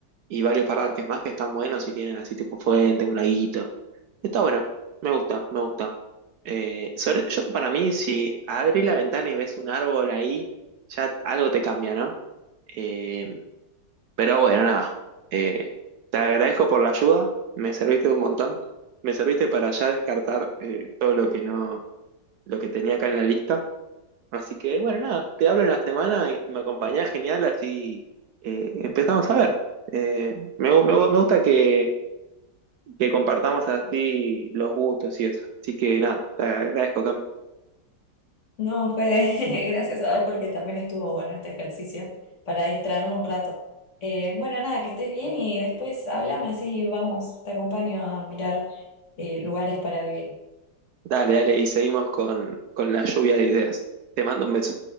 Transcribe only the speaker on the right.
y varios parques más que están buenos y tienen así tipo fuente, un laguito. Está bueno, me gusta, me gusta. Eh, sobre- yo para mí, si abrís la ventana y ves un árbol ahí, ya algo te cambia, ¿no? Eh, pero bueno, nada. Eh, te agradezco por la ayuda, me serviste un montón, me serviste para ya descartar eh, todo lo que no, lo que tenía acá en la lista. Así que, bueno, nada, te hablo en la semana y si me acompañás, genial, así eh, empezamos a ver. Eh, me, gu- me gu- me gusta que, que compartamos así los gustos y eso. Así que nada, te agradezco, Cami.
Dale, dale, y seguimos con, con la lluvia de ideas. Te mando un beso.